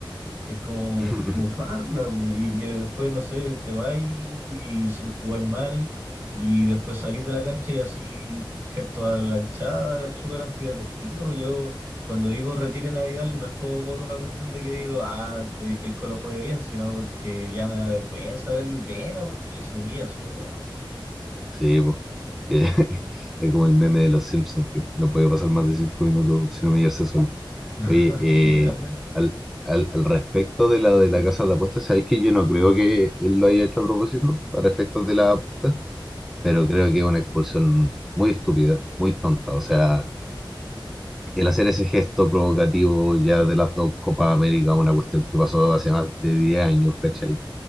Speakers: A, on the right; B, in the centre.
A: es como
B: <laughs>
A: bufarla, bu, y que después, no sé, te vas y, y su- jugáis mal, y después salís de la cancha y así, gesto a la hinchada, es súper antideportivo. Yo, cuando digo retiren a Vidal, no es como por una cuestión de que digo, ah, eh, que el Colo juegue bien, sino porque ya me da vergüenza verlo y pena porque se humilla solo,
B: Sí, pues. Eh, <laughs> es como el meme de los Simpsons, que no puede pasar más de cinco minutos sin humillarse solo. Oye,
A: <laughs>
B: eh,
A: literalmente.
B: al, al, al respecto de la de la casa de apuestas, sabéis que yo no creo que él lo haya hecho a propósito para efectos de la apuesta, pero creo que es una expulsión muy estúpida, muy tonta. O sea, el hacer ese gesto provocativo ya de las dos Copas América, una cuestión que pasó hace más de 10 años, ¿cachai?